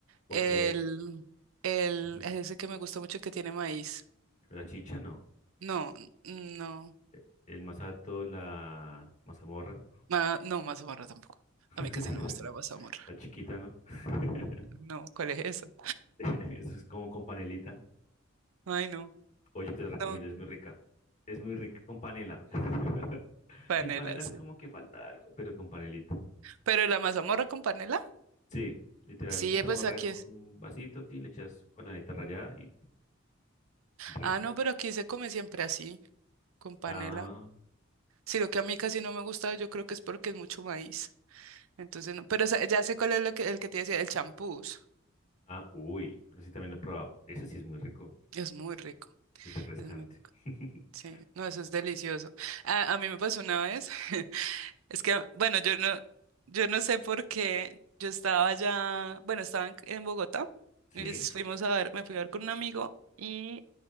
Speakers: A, on the left; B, on the right.
A: Ok.
B: el, el,
A: ujú.
B: ay, ese que me gusta mucho que tiene maíz.
A: La chicha, no.
B: No, n- no,
A: E- El masato, la mazamorra.
B: ma- no, mazamorra tampoco.
A: <laughs>
B: A mí casi no me gusta la mazamorra.
A: La chiquita, ¿no? <laughs>
B: No, ¿cuál es eso?
A: Eso es como con panelita.
B: Ay, no,
A: Oye, te lo recomiendo,
B: no,
A: es muy rica. Es muy rica con panela. <laughs>
B: panela,
A: Sin panela es
B: sí.
A: como que falta algo, pero con panelita.
B: Pero la mazamorra con panela,
A: Sí, literal,
B: sí,
A: mazamorra
B: eh, pues aquí
A: en un
B: es.
A: vasito, tin, le echas panelita rallada y rico.
B: Ah, no, pero aquí se come siempre así, con panela.
A: Ah,
B: si lo que a mí casi no me gusta, yo creo que es porque es mucho maíz. Entonces, no, pero sa- ya sé cuál es lo que, el que te decía, el champús.
A: ah, uy, ese también lo he probado. Ese sí es muy rico
B: Es muy rico,
A: y refrescante.
B: es muy rico.
A: <laughs>
B: Sí, no, eso es delicioso. A, a mí me pasó una vez, <laughs> es que, bueno, yo no, yo no sé por qué, yo estaba allá, bueno, estaba en, en Bogotá,
A: Sí,
B: y es- fuimos a ver, me fui a ver con un amigo y